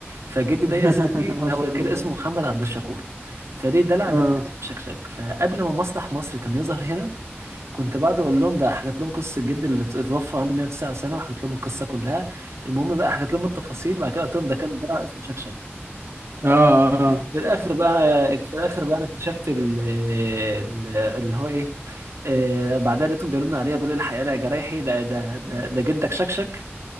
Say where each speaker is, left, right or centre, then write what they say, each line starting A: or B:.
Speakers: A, on the right (about 90°); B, on the right (about 65°).
A: فجدي
B: <laughs>
A: ده يا سيدي
B: ما
A: هو
B: شاء
A: كان
B: الله
A: اسمه محمد عبد الشكور فليه دلع
B: اه
A: بتاعت شكشك فقبل ما مسرح مصر كان يظهر هنا كنت بقعد اقول لهم ده حكيت لهم قصه جدي اللي اتوفى عنده 109 سنه وحكيت لهم القصه كلها المهم بقى حكيت لهم التفاصيل وبعد كده قلت لهم ده كان دلع اسمه شكشك
B: اه اه
A: في الاخر بقى انا في الاخر بقى انا اكتشفت ال- ال- اللي هو ايه آه، بعدها لقيتهم بيرنوا عليا بيقولوا لي الحقيقه يا جرايحي ده ده ده, ده جدك شكشك